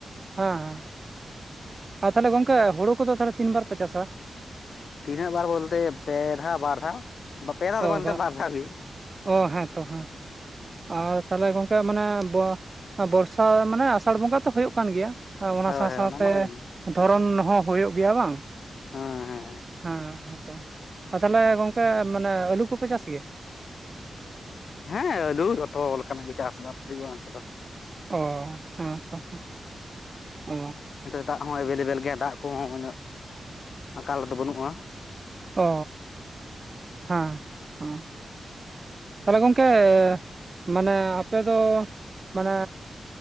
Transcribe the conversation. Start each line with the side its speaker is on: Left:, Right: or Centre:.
Right: ᱦᱮᱸ ᱚ ᱛᱟᱦᱚᱞᱮ ᱜᱚᱝᱠᱮ ᱦᱩᱲᱩ ᱠᱚᱫᱚ ᱛᱤᱱ ᱵᱟᱨ ᱯᱮ ᱪᱟᱥᱟ?
Left: ᱛᱤᱱᱟᱹᱜ ᱫᱷᱟᱣ ᱵᱚᱞᱛᱮ ᱯᱮ ᱫᱷᱟᱣ, ᱵᱟᱨ ᱫᱷᱟᱣ, ᱯᱮ ᱫᱷᱟ
Right: ᱚ
Left: ᱫᱚ ᱵᱟᱝ
Right: ᱵᱟ
Left: ᱵᱟᱨ ᱫᱷᱟᱣ ᱜᱮ ᱾
Right: ᱚ ᱦᱮᱸ ᱛᱚ ᱦᱮᱸ, ᱚ ᱛᱟᱦᱚᱞᱮ ᱜᱚᱝᱠᱮ ᱢᱟᱱᱮ ᱵᱚ ᱵᱚᱨᱥᱟ ᱢᱟᱱᱮ ᱟᱥᱟᱲ ᱵᱚᱸᱜᱟ ᱛᱚ ᱦᱩᱭᱩᱜ ᱠᱟᱱ ᱜᱮᱭᱟ ᱾ ᱚᱱᱟ
Left: ᱦᱳᱭ
Right: ᱥᱟᱶ
Left: ᱦᱳᱭ
Right: ᱥᱟᱶᱛᱮ
Left: ᱢᱟ ᱦᱩᱭᱩᱜ ᱜᱮ
Right: ᱫᱷᱚᱨᱚᱱ ᱦᱚᱸ ᱦᱩᱭᱩᱜ ᱜᱮᱭᱟ ᱵᱟᱝ,
Left: ᱦᱮᱸ ᱦᱮᱸ
Right: ᱦᱮᱸ ᱦᱮᱛᱚ, ᱚ ᱛᱟᱦᱚᱞᱮ ᱜᱚᱝᱠᱮ ᱢᱟᱱᱮ ᱟᱹᱞᱩ ᱠᱚᱯᱮ ᱪᱟᱥ ᱜᱮᱭᱟ?
Left: ᱦᱮᱸ ᱟᱹᱞᱩ ᱡᱚᱛᱚ ᱞᱮᱠᱟᱱᱟᱜ ᱜᱮ ᱪᱟᱥ ᱵᱟᱫ ᱦᱩᱭᱩᱜᱼᱟ ᱚᱱᱛᱮ ᱫᱚ ᱾
Right: ᱚ ᱦᱮᱸ ᱛᱚ ᱦᱟᱜ, ᱚ
Left: ᱮᱱᱛᱮ ᱫᱟᱜ ᱦᱚ ᱮᱵᱮᱞᱮᱵᱮᱞ ᱜᱮᱭᱟ, ᱫᱟᱜ ᱠᱚᱦᱚ ᱩᱱᱟᱜ ᱟᱠᱟᱞ ᱨᱮᱫᱚ ᱵᱟᱹᱱᱩᱜᱼᱟ ᱾
Right: ᱚ ᱦᱮᱸ, ᱦᱮᱸ ᱛᱟᱦᱚᱞᱮ ᱜᱚᱝᱠᱮ ᱢᱟᱱᱮ ᱟᱯᱮᱫ ᱫᱚ, ᱢᱟᱱᱮ